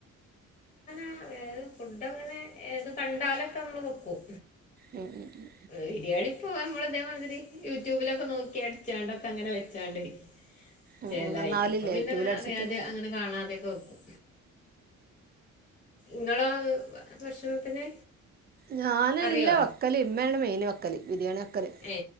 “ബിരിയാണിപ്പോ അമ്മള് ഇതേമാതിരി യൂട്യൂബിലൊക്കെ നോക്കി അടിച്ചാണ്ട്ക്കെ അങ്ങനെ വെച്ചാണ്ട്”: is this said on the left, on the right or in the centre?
Left